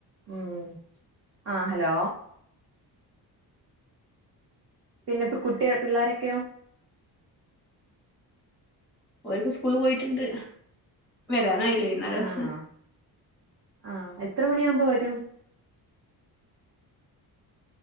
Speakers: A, on the right; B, in the centre.
A: ഉം ആഹ് ഹലോ പിന്നെ ഇപ്പ കുട്ടിയ പിള്ളാരക്കെയോ
B: ഒരൊക്കെ സ്കൂളി പോയിട്ടുണ്ട് വരാനായില്ലേ വൈന്നേരം
A: ആണോ ആഹ് എത്ര മണിയാവുമ്പം വരും